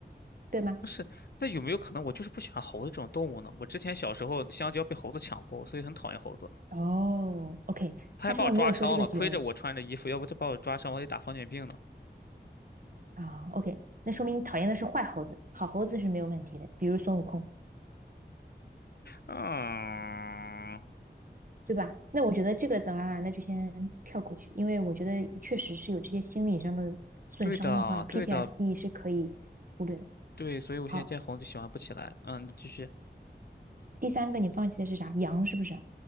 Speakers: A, on the right; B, on the left.
A: 对吗？
B: 不是，那有没有可能我就是不喜欢猴子这种动物呢？我之前小时候香蕉被猴子抢过，所以很讨厌猴子，
A: 哦，OK，
B: 它还把我抓伤了，
A: 他上面没有说这个原因
B: 亏着我穿着衣服，要不就把我抓伤，我得打狂犬病呢。
A: 啊，OK，那说明你讨厌的是坏猴子，好猴子是没有问题的，比如孙悟空。
B: 嗯，
A: 对吧？那我觉得这个的话，那就先跳过去，因为我觉得确实是有这些心理上的损伤的话，PTSD
B: 对的，对的，
A: 是可以忽略的。
B: 对，所以我现在见红就喜欢不起来。
A: 好，
B: 嗯，你继续。
A: 第三个你放弃的是啥？羊是不是？